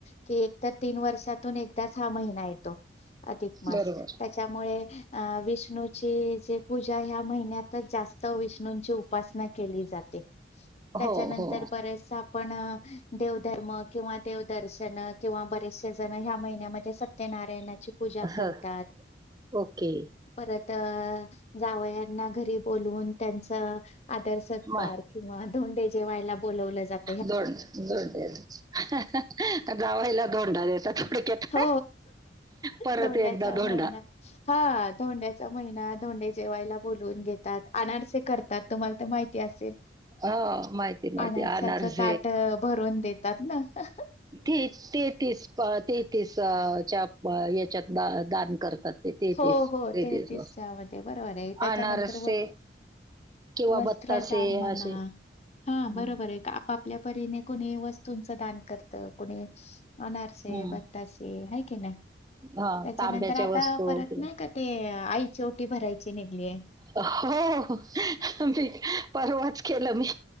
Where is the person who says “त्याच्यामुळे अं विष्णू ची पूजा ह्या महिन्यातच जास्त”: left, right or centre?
Left